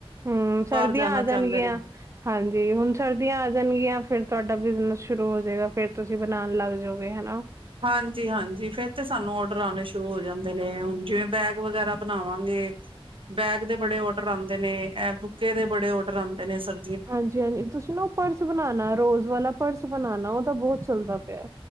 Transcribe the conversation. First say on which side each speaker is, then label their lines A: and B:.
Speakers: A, on the right (about 30°); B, on the right (about 60°).
A: ਹੂ ਸਰਦੀਆਂ
B: ਬਾਹਰ ਜਾਣਾ
A: ਆ
B: ਚਾਹੁੰਦੇ
A: ਜਾਣਗੀਆਂ
B: ਨੇ
A: ਹਾਂਜੀ ਹੁਣ ਸਰਦੀਆਂ ਆ ਜਾਣਗੀਆਂ ਫਿਰ ਤੁਹਾਡਾ ਬਿਜਨਸ ਸ਼ੁਰੂ ਹੋ ਜਾਏਗਾ ਫਿਰ ਤੁਸੀਂ ਬਣਾਉਣ ਲੱਗ ਜਾਓਗੇ ਹਨਾ।
B: ਹਾਂਜੀ ਹਾਂਜੀ ਫਿਰ ਤੇ ਸਾਨੂੰ ਔਡਰ ਆਉਣੇ ਸ਼ੁਰੂ ਹੋ ਜਾਂਦੇ। ਨੇ ਹੁਣ ਜਿਵੇਂ ਬੈਗ ਵਗੈਰਾ ਬਣਾਵਾਂਗੇ। ਬੈਗ ਦੇ ਬੜੇ ਔਡਰ ਆਉਂਦੇ ਨੇ ਇਹ ਬੁੱਕੇ ਦੇ ਬੜੇ ਔਡਰ ਆਉਂਦੇ ਨੇ ਸਰ
A: ਹਾਂਜੀ ਹਾਂਜੀ ਤੁਸੀਂ ਨਾ ਉਹ ਪਰਸ ਬਣਾਉਣਾ ਰੋਜ਼ ਵਾਲਾ ਪਰਸ ਬਣਾਉਣਾ ਉਹ ਤਾਂ ਬਹੁਤ ਚੱਲਦਾ ਪਿਆ।